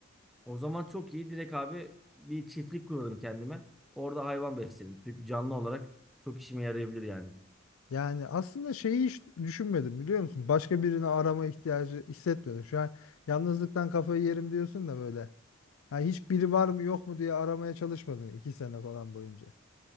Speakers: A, in the centre; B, on the left.
A: O zaman çok iyi. Direkt abi bir çiftlik kurarım kendime. Orada hayvan beslerim. Çünkü canlı olarak çok işime yarayabilir yani.
B: Yani aslında şeyi hiç düşünmedim biliyor musun? Başka birini arama ihtiyacı hissetmedim. Şu an yalnızlıktan kafayı yerim diyorsun da böyle. Ha hiç biri var mı yok mu diye aramaya çalışmadın iki sene falan boyunca.